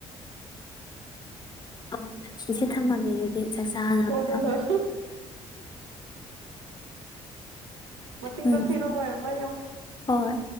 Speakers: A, on the left (about 30°); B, on the right (about 80°).
A: ꯑꯣ ꯏꯆꯦ ꯊꯝꯃꯒꯦ ꯑꯗꯨꯗꯤ ꯆꯥꯛ ꯆꯥꯅꯕ
B: ꯍꯣꯏ ꯍꯣꯏ
A: ꯇꯧ
B: ꯍꯣꯏ ꯃꯁꯤꯡꯗꯣ
A: ꯎꯝ
B: ꯊꯤꯔꯣ ꯂꯣꯏ <unintelligible>
A: ꯍꯣꯏ